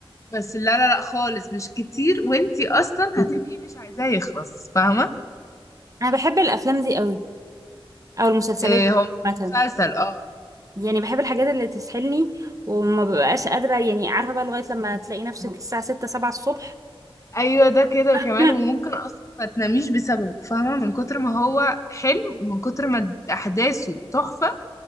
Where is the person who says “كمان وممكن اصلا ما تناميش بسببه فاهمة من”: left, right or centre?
Left